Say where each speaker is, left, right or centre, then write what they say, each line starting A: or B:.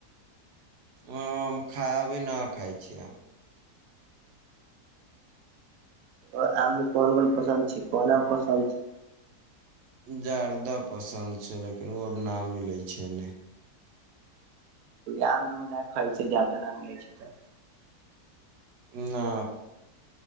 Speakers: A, on the right; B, on the right.
A: ह खा अभी न खाइ छियै हम
B: ओ आमे कोन कोन पसन्द छी कोन आ पसन्द छी
A: जादा पसन्द छै लेकिन ओ अब न मिलै छै नहि
B: आम रुना खाइ छै जादा नहि मिलै छै तऽ
A: नहि